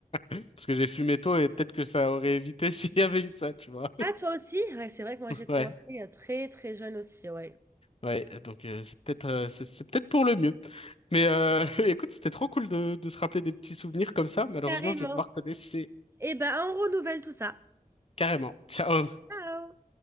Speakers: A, on the left (about 45°); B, on the right (about 20°).
A: Parce que j'ai fumé tôt et peut-être que ça aurait évité <laughs> s'il y avait eu ça, tu vois.
B: Ah, toi aussi? Ouais, c'est vrai que moi, j'ai commencé
A: Ouais.
B: euh, très, très jeune aussi, ouais.
A: Ouais. Donc, euh, c'est peut-être euh, c'est c'est peut-être pour le mieux. Mais euh, <laughs> écoute, c'était trop cool de, de se rappeler des petits souvenirs comme ça. Malheureusement,
B: Carrément.
A: je vais devoir te laisser
B: Eh ben, on renouvelle tout ça.
A: carrément. Ciao.
B: Ciao!